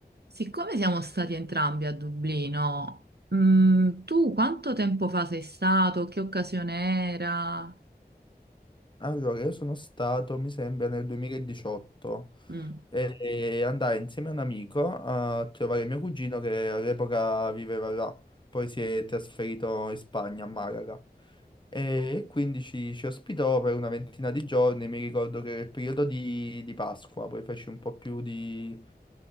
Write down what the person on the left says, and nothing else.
Allora, io sono stato, mi sembra, nel 2018
e e andai insieme a un amico a trovare mio cugino che all'epoca viveva là, poi si è trasferito in Spagna, a Malaga. E quindi ci, ci ospitò per una ventina di giorni, mi ricordo che era il periodo di, di Pasqua, poi feci un po' più di,